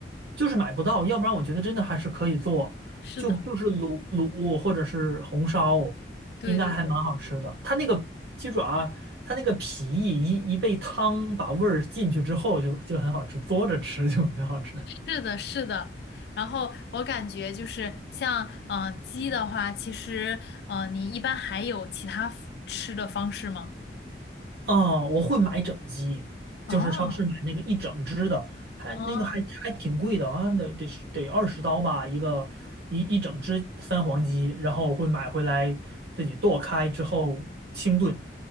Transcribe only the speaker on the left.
是的，
对对对，
是的，是的。然后我感觉就是像呃鸡的话，其实呃你一般还有其他 f- 吃的方式吗？
哦
哦